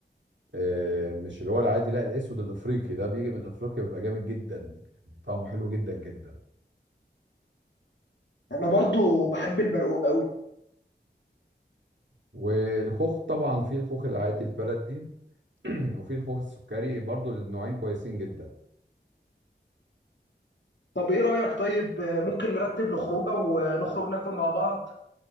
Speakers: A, on the right; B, on the left.
A: آه، مش اللي هو العادي لا الاسود الافريقي ده بيجي من افريقيا بيبقى جامد جدا طعمه حلو جدا جدا
B: انا برضو بحب البرقوق قوي
A: والخوخ طبعا في الخوخ العادي البلدي <clears throat> وفي الخوخ السكري برضو النوعين كويسين جدا
B: طب ايه رايك طيب آه، ممكن نرتب له خروجه ونخرج ناكل مع بعض